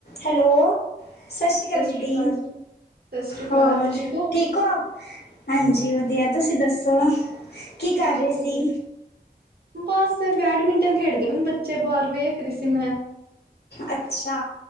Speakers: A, on the left; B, on the right.
A: Hello ਸਸ਼੍ਰੀ
B: ਸਤਿ
A: ਕਾਲ
B: ਸ਼੍ਰੀ
A: ਦੀਦੀ।
B: ਅਕਾਲ ਜੀ ਸਤਿ ਸ਼੍ਰੀ ਅਕਾਲ
A: ਹੋਰ
B: ਹੋ
A: ਠੀਕ ਓ? ਹਾਂਜੀ ਵੱਧੀਆਂ ਤੁਸੀਂ ਦੱਸੋ? ਕੀ ਕਾਰ
B: ਨਹੀਂ
A: ਰਏ ਸੀ?
B: ਵਧੀਆ ਬਸ ਫੇਰ ਬੈਡਮਿੰਟਨ ਖੇਡਦੇ ਪਏ ਨੇ ਬੱਚੇ ਬਾਹਰ ਵੇਖ ਰਹੀ ਸੀ ਮੈ।
A: ਅੱਛਾ